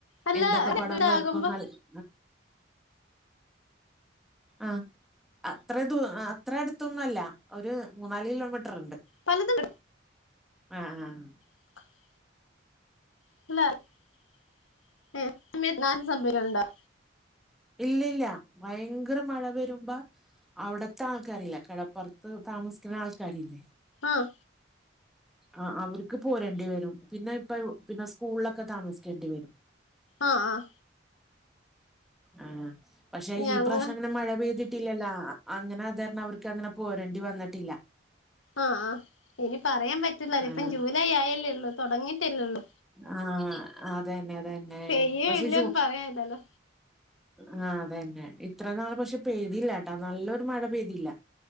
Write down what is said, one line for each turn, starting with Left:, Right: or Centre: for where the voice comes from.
Left: അല്ല
Centre: എന്തൊക്കെ പടം
Left: വീടാകുമ്പോ
Centre: വരക്കും ആള് <inaudible> ആഹ് അത്ര ദൂ അത്ര അടുത്തൊന്നും അല്ല ഒരു മൂന്നാല് കിലോമീറ്റർ ഉണ്ട്
Left: പലതും
Centre: ആഹ് ആഹ്.
Left: <inaudible> <unintelligible>
Centre: ഇല്ലില്ല ഭയങ്കര മഴ വരുമ്പ അവിടത്തെ ആൾക്കാരില്ലേ കടപ്പുറത്ത് താമസിക്കണ ആൾക്കാരില്ലേ
Left: ആഹ്
Centre: ആഹ് അവർക്ക് പോരേണ്ടി വരും പിന്നെ ഇപ്പ പിന്നെ സ്കൂളിലൊക്കെ താമസിക്കേണ്ടി വരും
Left: ആഹ് ആഹ്.
Centre: ആഹ് പക്ഷെ
Left: ഞങ്ങ
Centre: ഈ പ്രാവശ്യം അങ്ങനെ മഴ പെയ്തിട്ടില്ലല്ലോ അങ്ങനെ അതാരണം അവർക്ക് അങ്ങനെ പോരേണ്ടി വന്നിട്ടില്ല
Left: ആഹ് ആഹ് ഇനി പറയാൻ പറ്റില്ല ഇതിപ്പം
Centre: ആ
Left: ജൂലൈ ആയല്ലേള്ളു തുടങ്ങിട്ടല്ലേള്ളൂ
Centre: ആഹ് അതന്നെ അതന്നെ
Left: പെയ്യോ
Centre: പക്ഷേ
Left: ഇല്ലോന്ന്
Centre: ജൂ
Left: പറയാനില്ലല്ലോ
Centre: ആഹ് അതന്നെ ഇത്ര നാള് പക്ഷെ പെയ്തില്ല ട്ടാ നല്ലൊരു മഴ പെയ്തില്ല